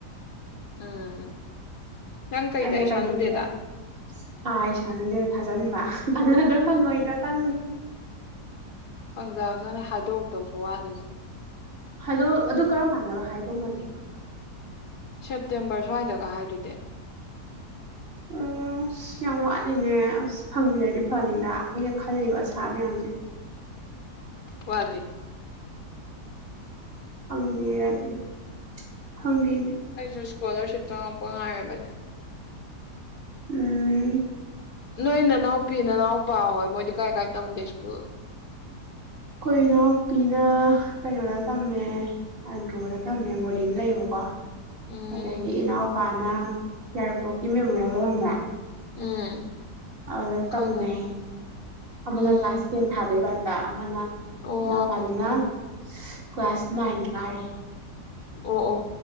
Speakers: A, on the left (about 70°); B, on the right (about 30°).
A: ꯎꯝ ꯅꯪ ꯀꯩꯗ
B: ꯑꯩꯅ
A: ꯏꯁꯥꯅꯨꯗꯦꯗ
B: ꯀꯩꯅꯣꯒꯤꯗ ꯑꯥ ꯑꯩ ꯁꯥꯟꯎꯗꯦꯟ ꯊꯖꯟꯕ ꯐꯪꯚꯥꯗ꯭ꯔꯥ ꯐꯪꯉꯣꯏꯗ꯭ꯔꯥ ꯈꯪꯗꯦ
A: <unintelligible> <unintelligible> ꯍꯥꯏꯗꯣꯛꯇꯧꯁꯨ ꯋꯥꯠꯂꯤ
B: ꯍꯥꯏꯗꯣ ꯑꯗꯨ ꯀꯔꯝ ꯀꯥꯟꯗꯒ ꯍꯥꯏꯗꯣꯛꯅꯒꯦ
A: ꯁꯦꯞꯇꯦꯝꯕꯔ ꯁ꯭ꯋꯥꯏꯗꯒ ꯍꯥꯏꯗꯨꯗꯤ
B: ꯑꯣ ꯑꯁ ꯌꯥꯝ ꯋꯥꯠꯂꯤꯉꯦ ꯑꯁ ꯐꯪꯕꯤꯔꯗꯤ ꯐꯅꯤꯗ ꯑꯩꯅ ꯈꯜꯂꯤꯕ ꯑꯁꯥ ꯃꯌꯥꯝꯖꯤ
A: ꯋꯥꯠꯂꯤ
B: ꯐꯪꯕꯤꯔꯗꯤ ꯐꯪꯕꯤ
A: ꯑꯩꯁꯨ ꯏꯁꯀꯣꯂꯥꯔꯁꯤꯞ ꯆꯪꯉꯛꯄ ꯉꯥꯏꯔꯕꯅꯤ
B: ꯎꯝ
A: ꯅꯣꯏ ꯅꯅꯥꯎꯄꯤ ꯅꯅꯥꯎꯄꯥ ꯍꯣꯏ ꯃꯣꯏꯗꯤ ꯀꯥꯏ ꯀꯥꯏ ꯇꯝꯒꯦ ꯁ꯭ꯀꯨꯜ
B: ꯈꯣꯏ ꯅꯥꯎꯄꯤꯅ ꯀꯩꯅꯣꯗ ꯇꯝꯃꯦ ꯑꯟꯗ꯭ꯔꯣꯗ ꯇꯝꯃꯦ ꯕꯣꯔꯗꯤꯡ ꯂꯩꯕꯀꯣ
A: ꯎꯝ
B: ꯑꯗꯒꯤ ꯏꯅꯥꯎꯄꯥꯅ ꯌꯥꯏꯔꯤꯄꯣꯛ ꯏ ꯃꯦꯃꯣꯔꯦꯜ ꯗꯣ ꯈꯪꯕꯔꯥ
A: ꯎꯝ
B: ꯑꯗꯨꯗ ꯇꯝꯃꯦ
A: ꯈꯪꯉꯦ
B: ꯑꯃꯅ
A: ꯎꯝ
B: ꯀ꯭ꯂꯥꯁ ꯇꯦꯟ ꯊꯥꯗꯣꯏꯕ ꯍꯟ ꯇꯥ ꯑꯃꯅ
A: ꯑꯣ
B: ꯏꯅꯥꯎꯄꯥꯗꯨꯅ ꯁꯁ ꯀ꯭ꯂꯥꯁ ꯅꯥꯏꯟ ꯀꯥꯔꯤ
A: ꯑꯣ ꯑꯣ